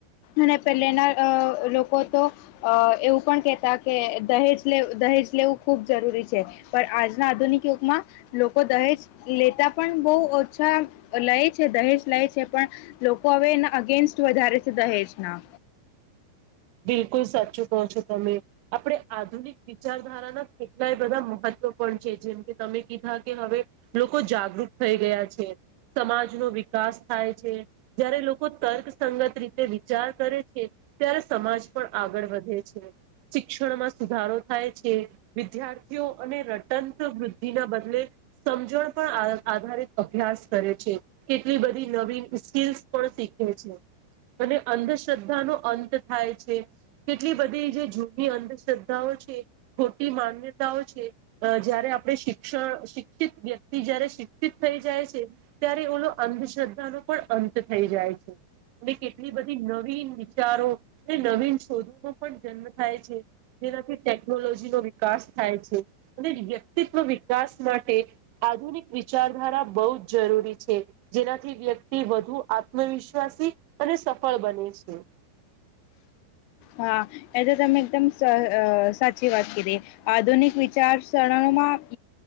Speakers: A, on the left; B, on the right.
A: અને પહેલેના લોકો તો અ એવું પણ કેતા કે દહેજ લેવું ખૂબ જરૂરી છે પણ આજના આધુનિક યમાં લોકો દહેજ લેતા પણ બહુ ઓછા લે છે દહેજ લે છે પણ લોકો હવે એના અગેન્સ્ટ વધારે છે દહેજના
B: <unintelligible> બિલકુલ સાચું કહો છો તમે આપણે આધુનિક વિચારધારાના કેટલાય બધા મહત્વ પણ છે જેમ કે તમે કીધા કે હવે લોકો જાગૃત થઈ ગયા છે સમાજ નો વિકાસ થાય છે જયારે લોકો તર્કસંગત રીતે વિચાર કરે છે ત્યારે સમાજ પણ આગળ વધે છે શિક્ષણમાં સુધારો થાય છે વિદ્યાર્થીઓ અને રટંત વૃદ્ધિ ના બદલે સમજણ પણ આધારિત અભ્યાસ કરે છે કેટલી બધી નવી સ્કીલ્સ પણ શીખે છે અને અંધશ્ર્ધા ન અંત થાય છે કેટલી બધી જે જૂની અંધશ્રદ્ધાઓ છે ખોટી માન્યતાઓ છે જયારે આપણે શિક્ષણ શિક્ષિત વ્યક્તિ જયારે શિક્ષિત થઈ જાય છે ત્યારે તો અંધશ્રદ્ધા ન પણ અંત થઈ જાય છે અને કેટલી બધી નવી વિચારો અને નવીન શોધોનૌ પણ જન્મ થાય છે જેનાથી ટેકનોલોજી નો વિકાસ થાય છે અને વ્યક્તિત્વ વિકાસ માટે આધુનિક વિચારધારા બહુ જ જરૂરી છે જેનાથી વ્યક્તિ વધુ આત્મવિશ્વાસી અને સફળ બને છે <unintelligible>
A: હા એ તો તમે એકદમ સાચી વાત કરી આધુનિક વિચારસરણોમાં